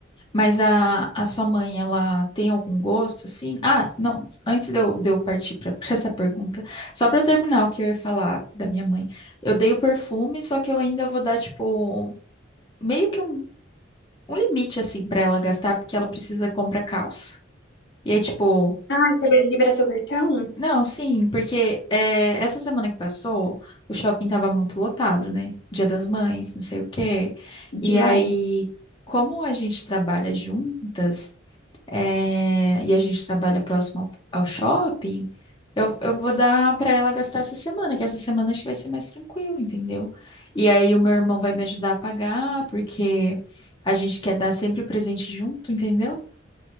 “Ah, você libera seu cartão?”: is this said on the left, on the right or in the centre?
Left